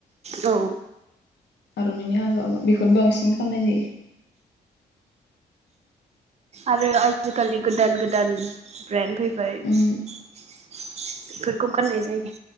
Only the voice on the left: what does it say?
आर'नाइनि हाजो आगर बेखौ बांसिन खालामनाय जायो।
उम